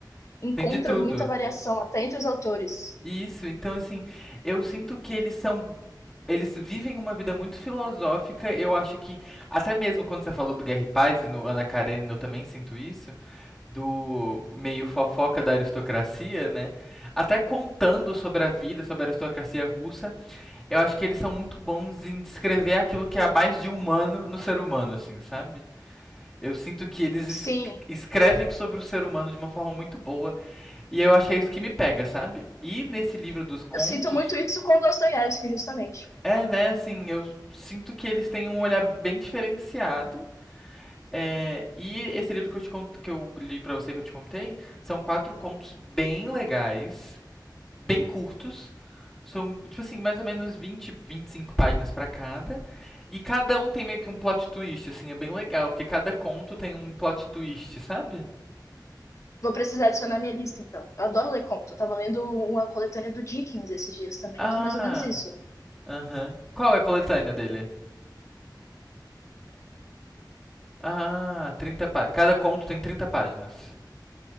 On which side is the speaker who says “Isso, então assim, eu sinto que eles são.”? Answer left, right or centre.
Centre